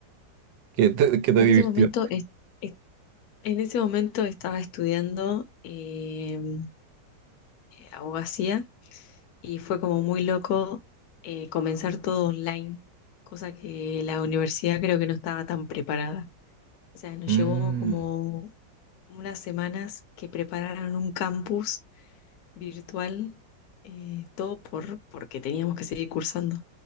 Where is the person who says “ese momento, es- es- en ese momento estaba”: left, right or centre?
Left